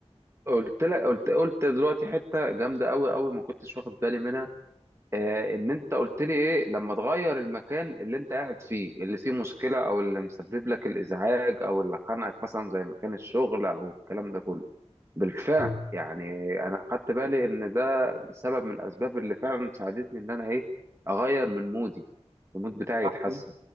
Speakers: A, on the right (about 25°); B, on the right (about 45°).
A: قلت لك قلت قلت دلوقتي حته جامده قوي قوي ما كنتش واخد بالي منها آه ان انت قلت لي ايه لما تغير المكان اللي انت قاعد فيه اللي فيه مشكله او اللي مسبب لك الازعاج او اللي خانقك مثلا زي مكان الشغل او الكلام ده كله بالفعل
B: تمام.
A: يعني انا خدت بالي ان ده سبب من الاسباب اللي فعلا ساعدتني ان انا ايه اغير من مودي المود بتاعي
B: ده
A: يتحسن
B: حقيقي